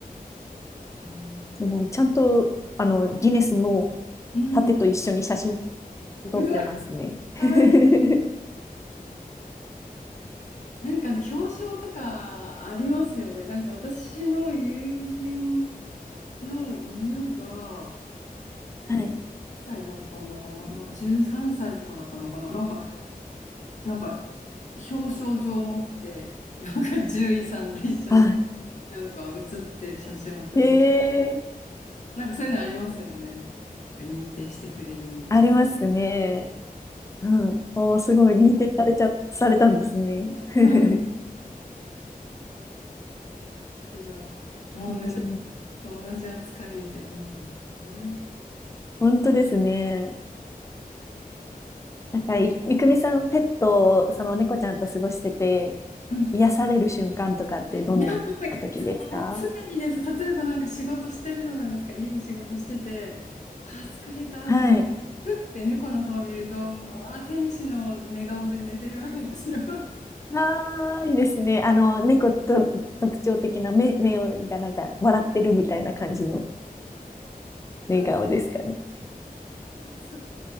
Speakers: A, on the left (about 50°); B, on the left (about 20°).
A: うーん。
B: すごい、ちゃんと、あの、ギネスの
A: うん。
B: 盾と一緒に写真
A: うざ、
B: 撮ってますね。<laughs>
A: かわいい。なんかあの、表彰とかありますよね。なんか私の友人の犬が、
B: はい。
A: 何歳だったんだかな、な13歳とかだったのかな。なんかなんか、表彰状を持って、なんか獣医さんと一緒に、
B: <laughs> は
A: なんか写ってる写真を送ってき
B: い。えー、
A: なんかそういうのありますよね。なんか認定してくれるみたいな。
B: ありますね。うん。おー、すごい、認定されちゃ、されたんですね。
A: <laughs>
B: <laughs>
A: 面白い。もうね、
B: 面白い。
A: なんか同じ扱いみたいになってますもんね。
B: 本当ですね。なんか、い、いくみさん、ペット、その猫ちゃんと過ごしてて、
A: うん。
B: 癒される瞬間とかってどんな時ですか
A: いや、もういつも、もう常にです。例えばなんか仕事してるじゃないですか。家で仕事してて、あー、疲れたって思って、
B: はい。
A: ふって猫の方を見ると、まあ、天使の寝顔で寝てるわけですよ。<laughs>
B: ああ、いいですね。あの、猫と特徴的な目、目がなんか笑ってるみたいな感じの
A: そうそ
B: 寝顔ですかね。
A: う。もうつ